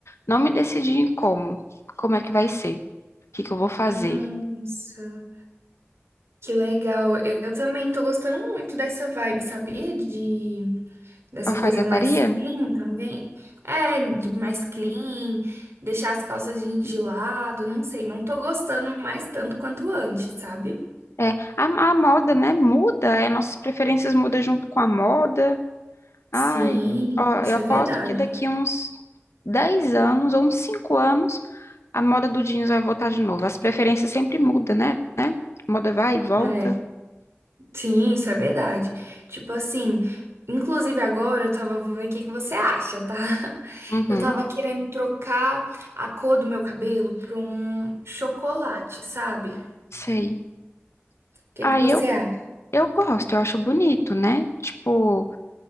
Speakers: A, on the left; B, on the right.
A: não me decidi em como. Como é que vai ser? O que que eu vou fazer?
B: Nossa, que legal. Eu eu também tô gostando muito dessa vibe, sabia? De Dessa
A: Alfaiataria?
B: coisa mais clean também. É, de mais clean, deixar as calças jeans de lado, não sei. Não tô gostando mais tanto quanto antes, sabe?
A: É, a, a moda, né, muda, é, nossas preferências mudam junto com a moda. Ai,
B: Sim,
A: ó,
B: isso
A: eu aposto
B: é verdade.
A: que daqui uns 10 anos ou uns 5 anos a moda do jeans vai voltar de novo. As preferências sempre mudam, né? né? A moda vai e volta.
B: É, sim, isso é verdade. Tipo assim, inclusive agora eu tava, vou ver o que que você acha, tá? <laughs>
A: Uhum,
B: Eu tava querendo trocar a cor do meu cabelo pra um chocolate, sabe? O
A: sei.
B: que
A: Aí
B: que você
A: eu,
B: acha?
A: eu gosto, eu acho bonito, né? Tipo,